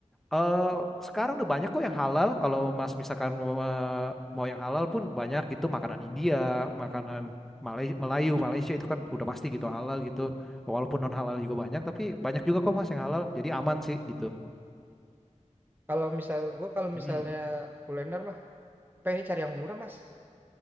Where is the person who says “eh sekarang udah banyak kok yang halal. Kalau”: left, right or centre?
Centre